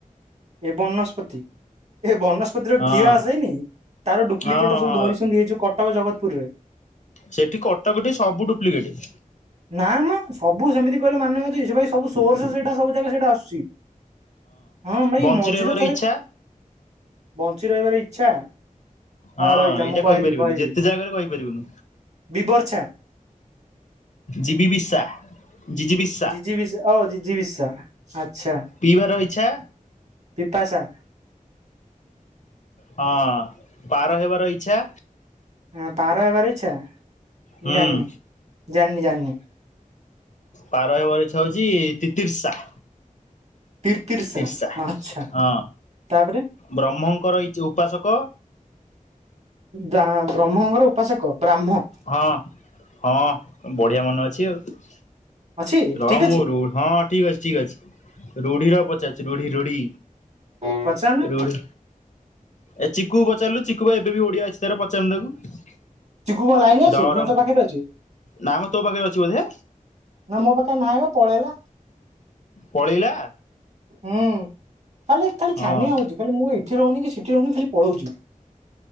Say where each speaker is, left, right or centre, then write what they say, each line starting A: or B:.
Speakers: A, on the right; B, on the left.
A: ଏ ବନସ୍ପତି। ଏ ବନସ୍ପତିର
B: ହଁ
A: ଘିଅ ଆସେନି, ତାର ଡୁପ୍ଲିକେଟ
B: ହଁ
A: ସବୁ
B: ହଁ
A: ଧରିଛନ୍ତି ଏଇ ଯୋଉ କଟକ ଜଗତପୁରରେ।
B: ସେଠି କଟକ ଠି ସବୁ ଡୁପ୍ଲିକେଟ।
A: ନା ମ ସବୁ ସେମିତି କହିଲେ ମାନେ ଅଛି ସେଥି ପାଇଁ ସବୁ ସୋର୍ସ ସେଇଟା ସବୁ ଜାଗା ସେଇଟା ଆସୁଛି। ହଁ ଭାଇ
B: ବଞ୍ଚି
A: ମଝିରେ
B: ରହିବାର
A: ଥରେ
B: ଇଚ୍ଛା
A: ବଞ୍ଚି ରହିବାର ଇଚ୍ଛା?
B: ହଁ
A: ରହିଥା
B: ଏଇଟା
A: ମୁଁ କହିବି
B: କହିପାରିବୁନି,
A: କହିବି
B: ଯେତେ ଯାହା କରେ କହିପାରିବୁନୁ।
A: ବିବର୍ଷା
B: ଜୀବି ବିଶା। ଜିଜି ବିସ୍
A: ଜିଜିବିଶା ଅ ଜିଜିବିଶା ଆଚ୍ଛା।
B: ପିଇବାର ଇଚ୍ଛା
A: ପିତାଶା।
B: ହଁ ପାର ହେବାର ଇଚ୍ଛା
A: ହଁ ପାର ହେବାର ଇଛା, ମୁଁ
B: ହୁଁ
A: ଜାଣିନି ଜାଣିନି ଜାଣିନି।
B: ପାର ହେବାର ଇଛା ହଉଚି ତିତିର୍ଷା।
A: ତିର୍ତିର୍ଶା
B: ତିର୍ଷା
A: ଆଛା
B: ହଁ
A: ତାପରେ?
B: ବ୍ରହ୍ମଙ୍କର ଇ ଉପାସକ
A: ଦା ବ୍ରହ୍ମଙ୍କର ଉପାସକ ବ୍ରାହ୍ମ।
B: ହଁ ହଁ ବଢିଆ ମନେ ଅଛି ଆଉ।
A: ଅଛି
B: ର
A: ଠିକ
B: ମ
A: ଅଛି
B: ରୁ ହଁ ଠିକ୍ ଅଛି ଠିକ୍ ଅଛି। ରୁଢିର ପଚାରୁଚି ରୁଢି ରୁଢି?
A: ପଚାରୁନ।
B: ରୁଢି ଏ ଚିକୁ କୁ ପଚାରିଲୁ ଚିକୁୁ ବା ଏବେ ବି ଓଡିଆ ଅଛି ତାର ପଚାରୁନୁ ତାକୁ।
A: ଚିକୁ କଣ ଲାଇନରେ ଅଛି
B: ରହ ରହ
A: ନା ତୋ ପାଖରେ ଅଛି?
B: ନା ମ ତୋ ପାଖରେ ଅଛି ବୋଧେ
A: ନା ମୋ ପାଖରେ ନାହିଁ ବା ପଳେଇଲା।
B: ପଳେଇଲା?
A: ହୁଁ ଖାଲି ଖାଲି
B: ହଁ
A: ଛାନିଆ ହଉଛି ଖାଲି ମୁଁ ଏଠି ରହୁନି କି ସେଠି ରହୁନି ଖାଲି ପଳଉଚି।